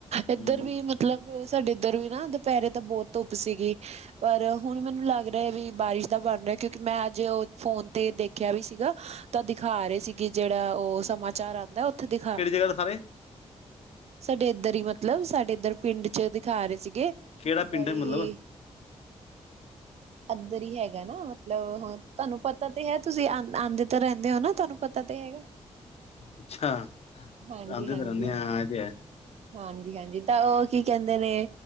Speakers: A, on the right (about 70°); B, on the left (about 65°).
A: ਏਧਰ
B: ਹਮ
A: ਵੀ ਮ ਮਤਲਬ ਸਾਡੇ ਏਧਰ ਵੀ ਨਾ ਦੁਪੈਰੇ ਤਾਂ ਬੋਤ ਧੁੱਪ ਸੀਗੀ। ਪਰ ਹੁਨਾ ਮੈਨੂੰ ਲੱਗ ਰਯਾ ਵੀ ਬਾਰਿਸ਼ ਦਾ ਬਨਾ ਰਯਾ ਕਿਉਂਕਿ ਮੈਂ ਅੱਜ ਓ ਫੋਨ ਤੇ ਦੇਖੇਆ ਵੀ ਸੀਗਾ ਤਾਂ ਦਿਖਾ ਰੇ ਸੀਗੇ ਜੇੜਾ ਓ ਸਮਾਚਾਰ ਆਂਦਾ ਓਥੇ ਦਿਖਾ
B: <unintelligible> ਸਾਰੇ
A: ਸਾਡੇ ਏਧਰ ਈ ਮਤਲਬ ਸਾਡੇ ਏਧਰ ਪਿੰਡ 'ਚ ਦਿਖਾ ਰੇ ਸੀਗੇ
B: ਕਿਹੜਾ ਪਿੰਡ
A: ਬਾਈ
B: ਹੈ ਮਤਲਬ
A: ਐਦਰ ਈ ਹੈਗਾ ਨਾ ਮਤਲਬ ਹੁਨ ਤੁਆਨੂੰ ਪਤਾ ਤੇ ਹੈ, ਤੁਸੀਂ ਆ ਆਂਦੇ ਤਾ ਰੈਂਦੇ ਓ ਤੁਆਨੂੰ ਪਤਾ ਤੇ ਹੈਗਾ।
B: ਅੱਛਾ!
A: ਹਾਂਜੀ
B: ਆਂਦੇ
A: ਹਾਂਜੀ
B: ਤਾ ਰੈਨੇ ਆ, ਐ ਤਾ ਹੈ।
A: ਹਾਂਜੀ-ਹਾਂਜੀ ਤਾਂ ਓ ਕੀ ਕਹਿੰਦੇ ਨੇ